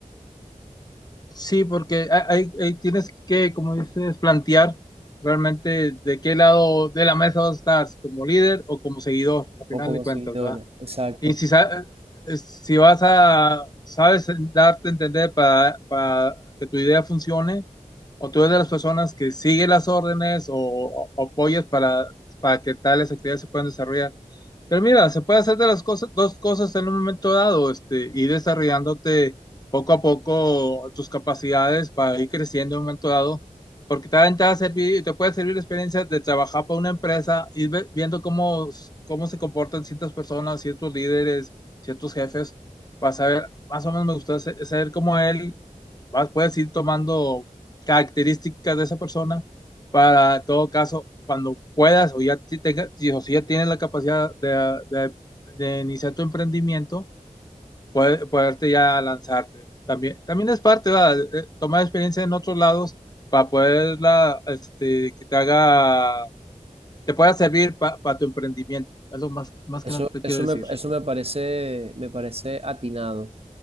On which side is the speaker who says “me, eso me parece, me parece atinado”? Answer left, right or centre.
Right